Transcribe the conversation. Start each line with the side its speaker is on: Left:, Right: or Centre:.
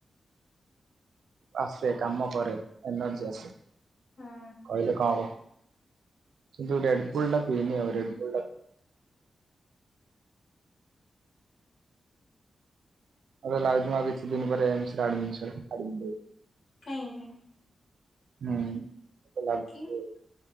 Right: ଆସେ କାମ କରେ ଏନର୍ଜି ଆସେ
Left: ହୁଁ
Right: କହିଲେ କଣ ହବ। ଯୋଉ ରେଡ୍ ବୁଲ୍ ଟା ପିଇନି ଆଉ ରେଡ୍ ବୁଲ୍ ମତେ ଲାଗୁଛି ମୁଁ କିଛି ଦିନ ପରେ ଏମ୍ସ ରେ ଆଡ଼ମିଶନ ଆଡମିଟ ହେବି।
Left: କାଇଁକି?
Right: ହୁଁ ମତେ ଲାଗୁଛି
Left: କି
Right: ଆଉ।